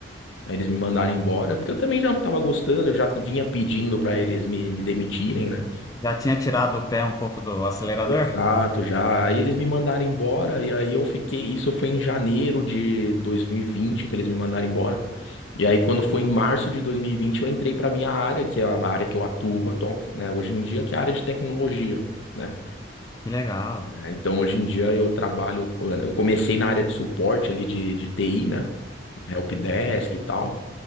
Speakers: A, on the left (about 80°); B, on the left (about 20°).
A: Aí eles me mandaram embora, porque eu também já não tava gostando, eu já vinha pedindo pra eles me, me demitirem, né?
B: Já tinha tirado o pé um pouco do acelerador?
A: Exato, já. Aí eles me mandaram embora, e aí eu fiquei. Isso foi em janeiro de 2020 que eles me mandaram embora. E aí, quando foi em março de 2020 eu entrei para minha área, que é a área que eu atuo, atual- né, hoje em dia, que é a área de tecnologia, né?
B: Que legal.
A: É, Então, hoje em dia, eu trabalho. Eu comecei na área de suporte ali de, de TI, né? Helpdesk e tal.